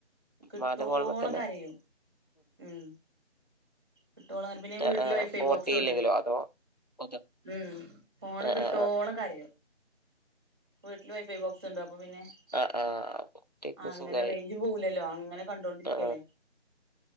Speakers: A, on the left; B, on the right.
A: മ്മാന്റെ
B: കിട്ടോളം
A: ഫോൺമ്മെ തന്നെ
B: കരയും ഉം കിട്ടോളോ <unintelligible> പിന്നെ വീട്ടില്
A: ആ ആ
B: വൈഫൈ
A: ഫോൺ
B: ബോക്സ്
A: കിട്ടിയില്ലെങ്കിലോ
B: ഉണ്ട്
A: അതോ അതോ
B: ഉം ഫോണ്
A: ആ
B: കിട്ടോളം
A: ആ
B: കരയും വീട്ടില് വൈഫൈ ബോക്സ് ഉണ്ട് പോവിനെ <unintelligible>
A: ആ ആ ആ കുട്ടിക്ക്
B: ആ അങ്ങനെ
A: സുഖായി
B: റേഞ്ചും പോവലല്ലോ അങ്ങനെ കണ്ടോണ്ടിരിക്കല്ലേ
A: ആ